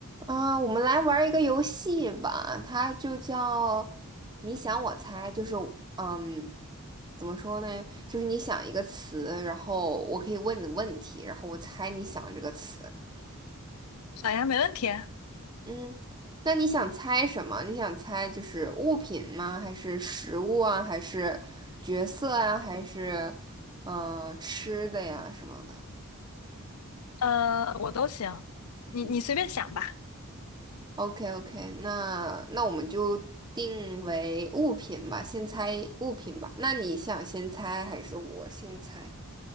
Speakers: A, on the right; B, on the left.
A: 啊，我们来玩儿一个游戏吧，它就叫“你想我猜”，就是嗯，怎么说呢？就是你想一个词，然后我可以问你问题，然后我猜你想这个词。
B: 好呀，没问题。
A: 嗯，那你想猜什么？你想猜就是物品吗？还是食物啊？还是角色啊？还是嗯呃吃的呀什么的？
B: 呃，我都行，你你随便想吧。
A: 嗯。OK OK，那那我们就定为物品吧，先猜物品吧。那你想先猜还是我先猜